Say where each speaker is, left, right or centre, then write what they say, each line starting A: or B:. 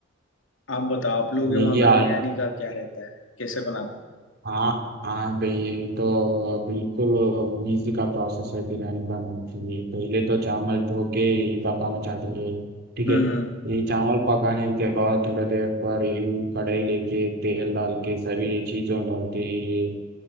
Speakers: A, on the left; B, on the right.
A: आप बताओ आप लोग वहाँ
B: यही
A: का
B: आलू
A: बिरयानी का क्या रहता है कैसे बनाते हो
B: हाँ हाँ भाई तो बिल्कुल इजी का प्रोसेस है बिरयानी बनाने के लिए पहले तो चावल धो के ही पकाना चाहते हैं ठीक
A: हम्म
B: है यही चावल पकाने के बाद थोड़ी देर पर यही कढ़ाई लेके तेल डाल के सभी चीज़ों डाल के ही